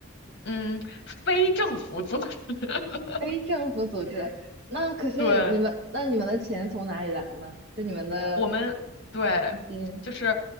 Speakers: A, on the left; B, on the right.
A: 嗯，非政府组织，<laughs>
B: 非政府组织，那可是你们，
A: 对。
B: 那你们的钱从哪里来呢？就你们的
A: 我们对，
B: 资金。
A: 就是